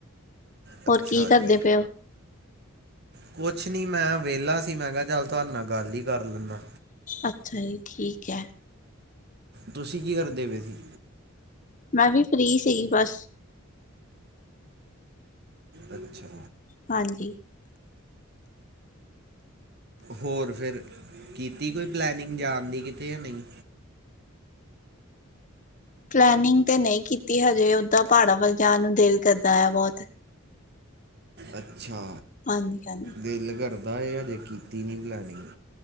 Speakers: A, on the right; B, on the left.
A: ਅੱਛਾ
B: ਹੋਰ ਕੀ
A: ਜੀ
B: ਕਰਦੇ ਪਏ ਉਹ।
A: ਕੁਛ ਨੀ ਮੈਂ ਵਿਹਲਾ ਸੀ ਮੈਂ ਕਿਹਾ ਚੱਲ ਤੁਹਾਡੇ ਨਾਲ ਗੱਲ ਹੀ ਕਰ ਲੈਂਦਾ।
B: ਅੱਛਾ ਜੀ ਠੀਕ ਹੈ।
A: ਤੁਸੀਂ ਕੀ ਕਰਦੇ ਪਏ ਸੀ?
B: ਮੈਂ ਵੀ ਫ੍ਰਰੀ ਸੀਗੀ ਬਸ।
A: ਅੱਛਾ।
B: ਹਾਂਜੀ।
A: ਹੋਰ ਫਿਰ ਕੀਤੀ ਕੋਈ ਪਲੈਨਿੰਗ ਜਾਣ ਦੀ ਕਿਤੇ ਜਾਂ ਨਹੀਂ?
B: ਪਲੈਨਿੰਗ ਤੇ ਨਹੀਂ ਕੀਤੀ ਹਜੇ ਓਦਾਂ ਪਹਾੜਾਂ ਵੱਲ ਜਾਣ ਨੂੰ ਦਿਲ ਕਰਦਾ ਆ ਬਹੁਤ।
A: ਅੱਛਾ,
B: ਹਾਂਜੀ ਹਾਂਜੀ,
A: ਦਿਲ ਕਰਦਾ ਹੈ ਅਜੇ ਕੀਤੀ ਨਹੀਂ ਪਲੈਨਿੰਗ।